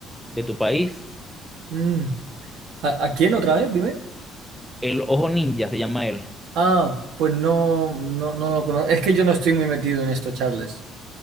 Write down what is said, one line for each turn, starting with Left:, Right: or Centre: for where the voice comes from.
Centre: de tu país.
Right: Mm. ¿A, a quién otra vez? Dime.
Centre: El Ojo Ninja se llama él.
Right: Ah, pues no, no, no lo conozco. Es que yo no estoy muy metido en esto, Charles.